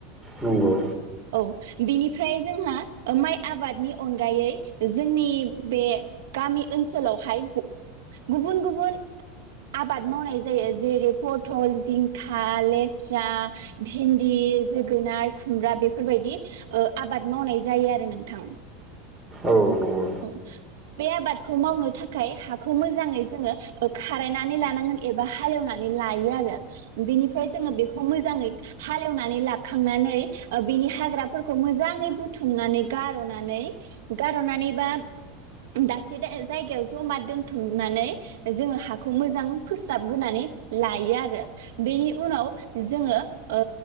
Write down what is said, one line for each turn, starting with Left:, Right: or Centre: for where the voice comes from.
Centre: नंगौ
Right: औ बेनिफ्राय जोंहा माइ आबादनि अनगायै जोंनि बे गामि ओनसोलावहाय गु-गुबुन गुबुन आबाद मावनाय जायो जेरै पथल जिंखा लेस्रा भिन्दि जोगोनाद खुमब्रा बेफोरबायदि अओ आबाद मावनाय जायो आरो नोंथां
Centre: औ नंगौ
Right: औ बे आबादखौ मावनो थाखाय हाखौ मोजाङै जोङो खारायनानै लानांगोन एबा हालेवनानै लायो आरो बेनिफ्राय जोङो बेखौ मोजाङै हालेवनानै लाखांनानै अ बेनि हाग्राफोरखौ मोजाङै बुथुमनानै गार'नानै- गार'नानै बा दाबसे दा जायगायाव जमा दोनथुमनानै जोङो हाखौ मोजां फोस्राबग्रोनानै लायो आरो बेनि उनाव जोङो ओ